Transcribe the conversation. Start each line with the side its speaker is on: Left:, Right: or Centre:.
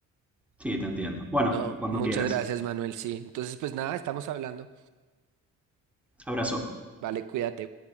Centre: Sí, te entiendo. Bueno,
Right: No,
Centre: cuando
Right: muchas
Centre: quieras.
Right: gracias, Manuel, sí. Entonces pues nada, estamos hablando.
Centre: Abrazo.
Right: Vale, cuídate.